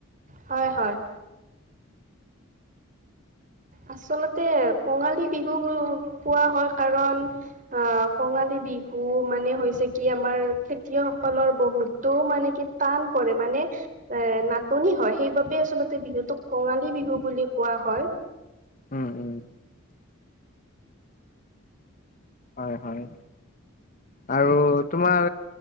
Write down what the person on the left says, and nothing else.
উম্ উম্ হয় হয় আৰু তোমাৰ